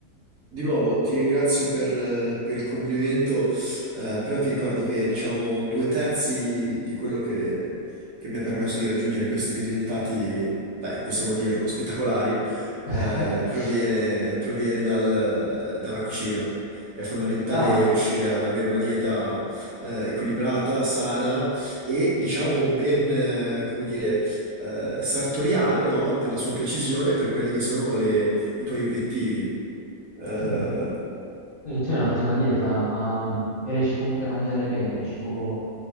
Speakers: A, on the right (about 65°); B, on the left (about 40°).
A: Di nuovo ti ringrazio per, eh, per il complimento, eh, però ti ricordo che diciamo due terzi di quello che, che mi ha permesso di raggiungere questi risultati, beh, possiamo dirlo, spettacolari,
B: <laughs>
A: eh, proviene, proviene dal- dalla cucina. È fondamentale
B: Ah.
A: riuscire ad avere una dieta, eh, equilibrata, sana e diciamo ben, eh, come dire, eh, sartoriale, no? Della sua precisione per quelle che sono le- i tuoi obiettivi. Eh,
B: Mm. Quindi tu hai un'ottima dieta, ma mm, e riesci comunque a mangiare bene, cibo,